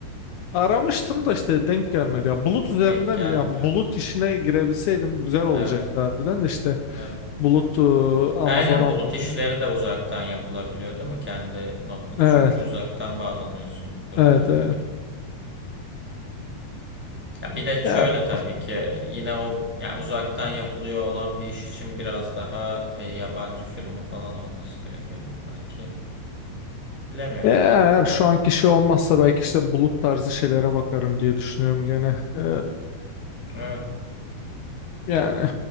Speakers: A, on the left (about 85°); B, in the centre.
A: Aramıştım da işte denk gelmedi.
B: Evet.
A: Ya bulut üzerinden
B: Denk gelmiyor
A: ya bulut
B: evet.
A: işine girebilseydim güzel olacaktı
B: Evet,
A: harbiden de işte
B: evet.
A: bulut e, Amazon
B: Aynen
A: almadı
B: bulut işleri
A: yani.
B: de uzaktan yapılabiliyor değil mi? Kendi notebook
A: Evet,
B: çünkü uzaktan bağlanıyorsun gibi durumlar
A: evet, evet.
B: oluyor. Ya bir de
A: Ya
B: şöyle tabii ki yine o yani uzaktan yapılıyor olan bir iş için biraz daha e, yabancı firma falan olması gerekebilir belki. Bilemiyorum
A: eğer
B: tabii ki
A: şu
B: de.
A: anki şey olmazsa belki işte bulut tarzı şeylere bakarım diye düşünüyorum
B: hı
A: gene. Ee,
B: Evet,
A: Yani